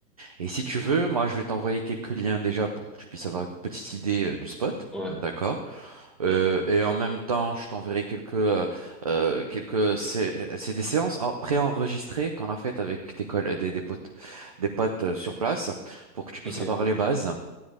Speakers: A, on the right (about 25°); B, in the centre.
A: Et si tu veux, moi, je vais t'envoyer quelques liens déjà pour que tu puisses avoir une petite idée euh, du spot.
B: Ouais.
A: D'accord. Euh,
B: Ouais.
A: et en même temps, je t'enverrai quelques euh, euh, quelques c'est c'est des séances en- préenregistrées qu'on a faites avec tes coll- des, des potes des potes euh, sur place pour que tu puisses
B: Ok.
A: avoir les bases.